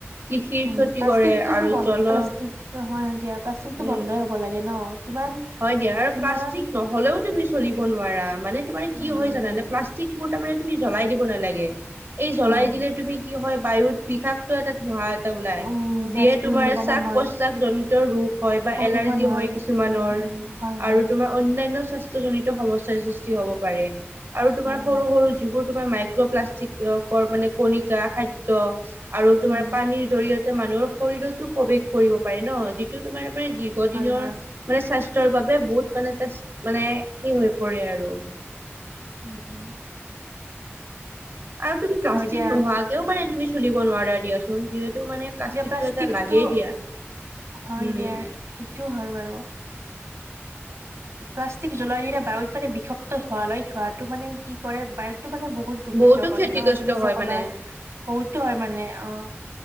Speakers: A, on the right; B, on the right.
A: কৃষিৰ
B: উম,
A: ক্ষতি
B: প্লাষ্টিকটোতো
A: কৰে আৰু
B: বন
A: জল
B: প্লাষ্টিক হয় দিয়া। প্লাষ্টিকতো
A: উম
B: বন্ধই হ'ব লাগে ন' কিমান
A: হয় দিয়া। আৰু
B: কিমান
A: প্লাষ্টিক নহ'লেও তুমি চলিব নোৱাৰা মানে তোমাৰ
B: উম,
A: কি হয় জানানে প্লাষ্টিকবোৰ তাৰমানে তুমি জ্বলাই দিব নালাগে। এই জ্বলাই
B: অ',
A: দিলে তুমি কি হয় বায়ুত বিষাক এটা ধোঁহা এটা ওলাই
B: উম,
A: যিয়ে
B: গেছটো
A: তোমাৰ
B: নিৰ্গমন
A: শাক
B: হয়
A: পশ্বাস জনিত ৰোগ হয় বা
B: প্ৰদূষণ
A: এলাৰ্জি হয় কি কিছু মানুহৰ
B: উম, উম, হয়, হয়,
A: আৰু তু তোমাৰ
B: উম,
A: অন্যান্য স্বাস্থ্যজনিত সমস্যাৰ সৃষ্টি হ'ব পাৰে আৰু তোমাৰ
B: হয়,
A: সৰু
B: হয়,
A: সৰু যিবোৰ মাইক্ৰপ্লাষ্টিকৰ মানে কণিকা, খাদ্য আৰু
B: উম,
A: তমাৰ পানী জৰিয়তে মানুহৰ শৰীৰতো প্ৰৱেশ কৰিব পাৰে ন' যিটো তোমাৰ মানে দীৰ্ঘদিনৰ
B: হয়, হয়,
A: মানে স্বাস্থ্যৰ বাবে বহুত মানে মানে হে হৈ পৰে আৰু।
B: উম, উম।
A: আৰু তুমি প্লাষ্টিক
B: হয় দিয়া
A: নোহোৱাকেও মানে তুমি চলিব নোৱাৰা দিয়াচোন, যিহেতু মানে
B: এতিয়া প্লাষ্টিকটো
A: এটা লাগেই দিয়া।
B: হয়
A: উম,
B: দিয়া, সেইটোও হয় বাৰু। প্লাষ্টিক জ্বলাই দিলে বায়ুত মানে বিষাক্ত ধুৱা লৈ ধোৱাটো মানে কি কৰে, বায়ুটো মানে বহুত দূষিত
A: বহুতো
B: কৰে
A: ক্ষতিগ্ৰস্ত
B: ন'। তুমি
A: হয়
B: যে ক'লা
A: মানে
B: বহুতো হয় মানে অ'।